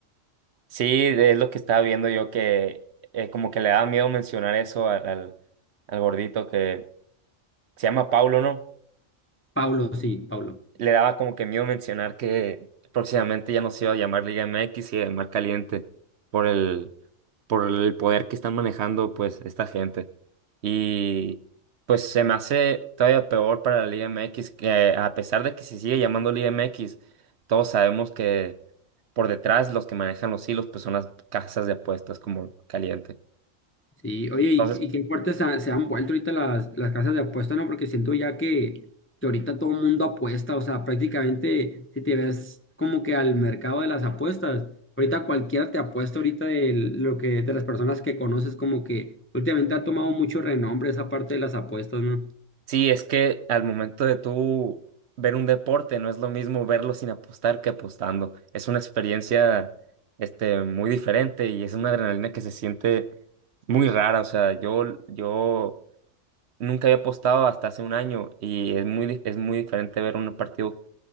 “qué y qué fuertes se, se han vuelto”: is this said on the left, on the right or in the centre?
Left